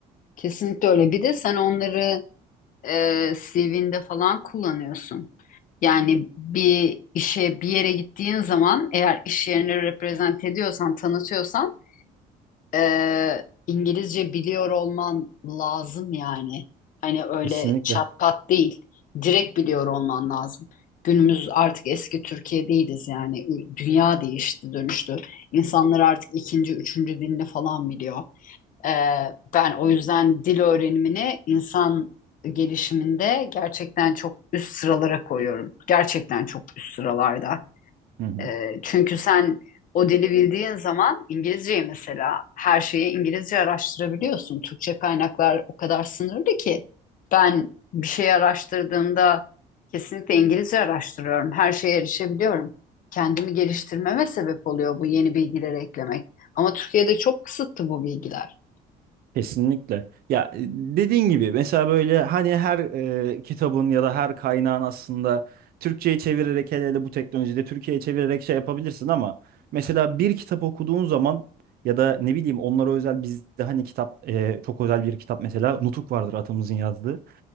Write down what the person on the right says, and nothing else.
Kesinlikle.
Hı hı.
Kesinlikle. Ya e, dediğin gibi mesela böyle hani her e, kitabın ya da her kaynağın aslında Türkçe'ye çevirerek hele hele bu teknolojide Türkiye'ye çevirerek şey yapabilirsin ama mesela bir kitap okuduğun zaman ya da ne bileyim onlara özel bizde hani kitap e, çok özel bir kitap mesela Nutuk vardır atamızın yazdığı.